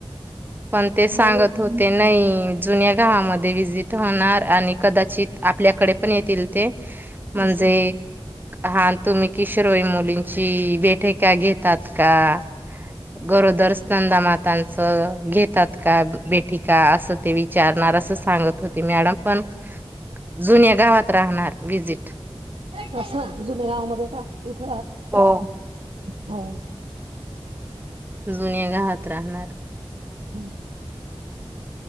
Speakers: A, on the right; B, on the right.
A: पण ते
B: म्हणून
A: सांगत होते नाही, जुन्या गावामध्ये व्हिजिट होणार आणि कदाचित आपल्याकडे पण येतील ते म्हणजे
B: अस
A: हा तुम्ही किशोरवैन मुलींची बेठक का घेतात का गरोदर स्नंदा मातांचं घेतात का? भेटी का? असं ते विचारणार असं सांगत होते मॅडम पण जुन्या गावात राहणार विजिट
B: तस जुने गावामध्ये का इथ
A: हो.
B: हो.
A: जुन्या गावात राहणार.
B: हम.